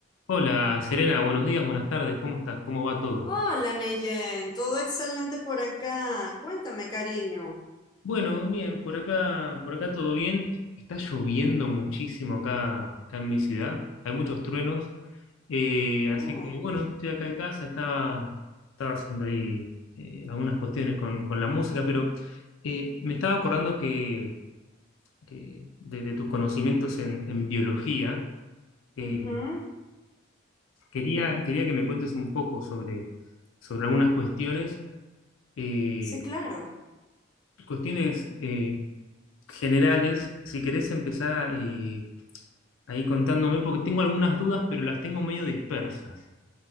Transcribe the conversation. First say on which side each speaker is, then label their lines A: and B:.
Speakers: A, on the left; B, on the left.
A: Hola Serena, buenos días, buenas tardes, ¿cómo estás? ¿Cómo va todo?
B: Hola, Neyen, todo excelente por acá. Cuéntame, cariño.
A: Bueno, bien, por acá, por acá todo bien. Está lloviendo muchísimo acá, acá en mi ciudad, hay muchos truenos, eh,
B: Oh,
A: así que bueno, estoy acá en casa, estaba, estaba haciendo ahí eh, algunas cuestiones con, con la música, pero eh, me estaba acordando que, que de, de tus conocimientos en, en biología, eh,
B: ujú,
A: quería, quería que me cuentes un poco sobre, sobre algunas cuestiones. eh,
B: Sí, claro.
A: cuestiones eh, generales, si querés empezar eh, ahí contándome, porque tengo algunas dudas, pero las tengo medio dispersas,